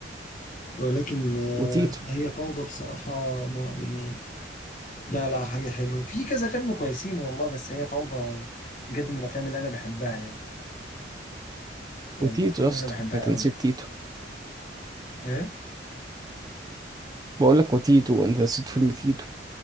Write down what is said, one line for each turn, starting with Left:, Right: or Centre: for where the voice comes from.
Left: ولكن آه،
Right: وتيتو
Left: هي فوضى بصراحة م- يعني لا لا حاجة حلوة في كذا فيلم كويسين والله بس هي فوضى بجد من الافلام اللي انا بحبها يعني يعني
Right: وتيتو
Left: الافلام
Right: يا اسطى
Left: اللي انا بحبها
Right: أنت
Left: قوي
Right: نسيت تيتو
Left: ايه
Right: بقولك وتيتو أنت نسيت فيلم تيتو